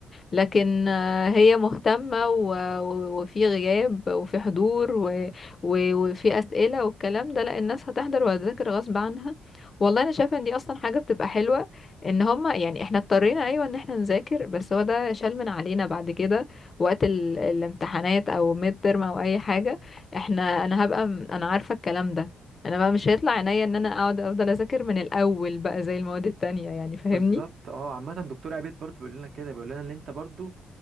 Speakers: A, on the left; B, on the right.
A: لكن آه، هي مهتمة و- و- وفي غياب وفي حضور و- و- وفي أسئلة والكلام ده لا الناس هتحضر وهتذاكر غصب عنها والله أنا شايفة إن دي أصلا حاجة بتبقى حلوة إن هما يعني إحنا اضطرينا أيوة إن إحنا نذاكر بس هو ده شال من علينا بعد كده وقت ال- الامتحانات أو ميد ترم أو أي حاجة إحنا أنا هبقى م- أنا عارفة الكلام ده أنا بقى مش هيطلع عينيا إن أنا أقعد أفضل أذاكر من الأول بقى زي المواد التانية يعني فاهمني
B: بالظبط اه عامة دكتور عبيد برضو بيقول لنا كده بيقول لنا ان انت برضو